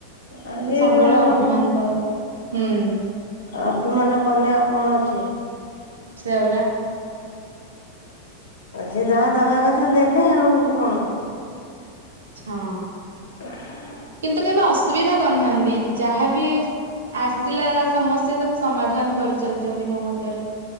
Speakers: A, on the left; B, on the right.
A: ଆଉ
B: ସେ
A: ସିଏ
B: ସବୁବେଳେ
A: ବି ଗୋଟେ
B: ଅଭିମାନ
A: କଥା
B: କରନ୍ତି ହୁଁ।
A: ଅଭିମାନ କନେ ଆଉ କଣ ଅଛି?
B: ସେୟା ବରା।
A: ଯେ ଯାହା ଦବା କଥା ଦେଲେ ଆଉ କଣ?
B: ହଁ।
A: <unintelligible>
B: କିନ୍ତୁ କେବେ ଅସୁବିଧା କରିନାହାନ୍ତି ଯାହାବି ଆସିଲା ସମସ୍ତ ସେ ତାକୁ ସମାଧାନ କରିଚାଲିଛନ୍ତି ମୋ ମତରେ।